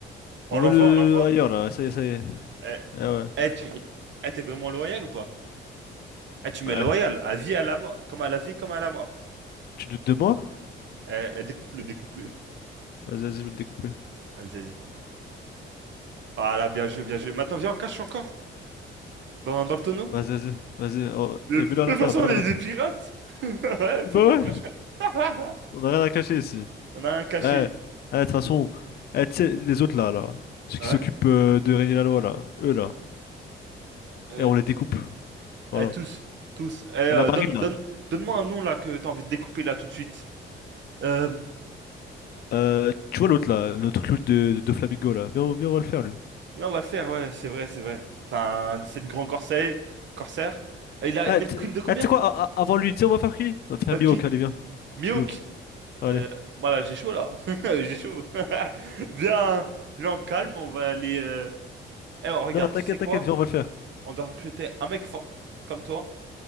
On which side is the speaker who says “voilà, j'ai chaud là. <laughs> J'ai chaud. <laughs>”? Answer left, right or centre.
Right